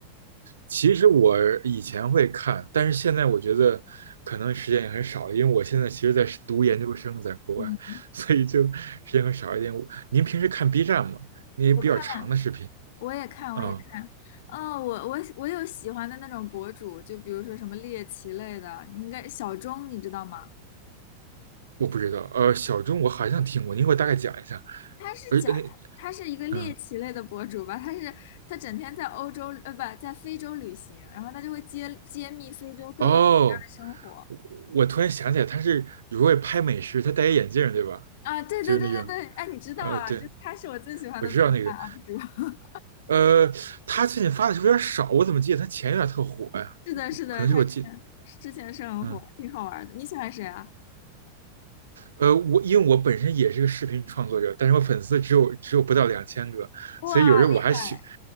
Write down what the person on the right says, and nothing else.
其实我以前会看，但是现在我觉得可能时间也很少，因为我现在其实在读研究生，在国外，
所以就时间会少一点。我您平时看 B 站吗？那些比较长的视频？
嗯，
我不知道。呃，小钟我好像听过，您给我大概讲一下。
而那嗯
哦，我我突然想起来，他是有时候会拍美食，他戴一眼镜儿对吧？
就是那个，
呃，对，
我知道那个，
呃，他最近发的是不是有点少？我怎么记得他前一段特火呀？
可能是我记，
嗯，
呃，我因为我本身也是个视频创作者，但是我粉丝只有只有不到两千个，
所以有时候我还学，